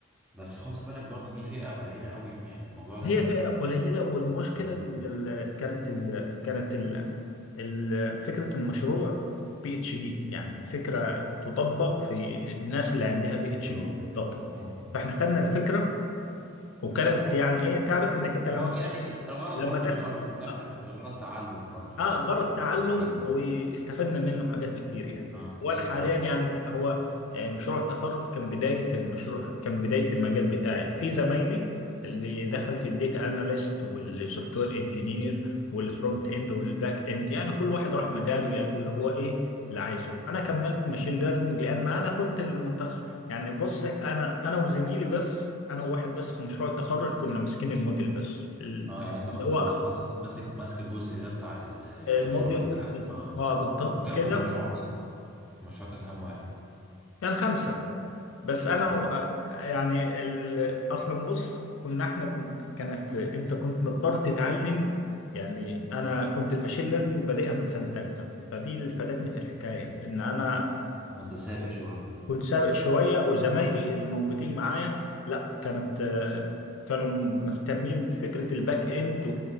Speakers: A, in the centre; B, on the left.
A: بس خد في بالك برضو دي فئة قليلة قوي يعني الموضوع ده
B: هي
A: مش
B: فئة
A: هيبقى
B: قليلة والمشكلة
A: اه اه
B: ال- ال- كانت ال كانت ال ال فكرة المشروع بي اتش دي يعني فكرة تطبق في الناس اللي عندها بي
A: اضطراب
B: اتش دي بتطبق
A: مم.
B: فاحنا خدنا الفكرة وكانت يعني ايه تعرف انك انت لما
A: هو يعني الغرض
B: لما
A: برضو
B: تاخد
A: من الاول وفي الاخر
B: آه،
A: الغرض تعلم برضو يعني
B: اه جرى
A: تعلم
B: التعلم
A: فيه.
B: واستفدنا منه حاجات كتير يعني
A: اه اكيد
B: وانا حاليا
A: طبعا
B: يعني ك- هو آه، مشروع التخرج كان بدايه المشروع كان بدايه المجال بتاعي في زمايلي اللي دخل في الديتا اناليست والسوفت وير انجينير والفرونت اند والباك اند يعني كل واحد راح مجاله يعني اللي هو ايه اللي عايزه انا كملت ماشين ليرنينج لان انا كنت المتخ... يعني بص انا انا وزميلي بس انا وواحد بس في مشروع التخرج كنا ماسكين الموديل بس ال-
A: اه يعني انت كنت
B: هو
A: متخصص ماسك ماسك الجزء ده بتاع ال- المشروع
B: الموديل
A: بتاعك اه
B: اه بالضبط
A: كنت كام
B: كده
A: في المشروع اصلا المشروع كان كام واحد
B: كان خمسة بس
A: طب
B: انا و- يعني ال... اصلا بص كنا احنا بن... كانت انت كنت مضطر تتعلم يعني انا كنت الماشين ليرنينج بادئها من سنة ثالثة فدي اللي فادتني في الحكاية ان انا
A: ما انت سابق شوية
B: كنت سابق شوية وزمايلي اللي موجودين معايا لا كانت آه، كانوا مهتمين بفكرة الباك اند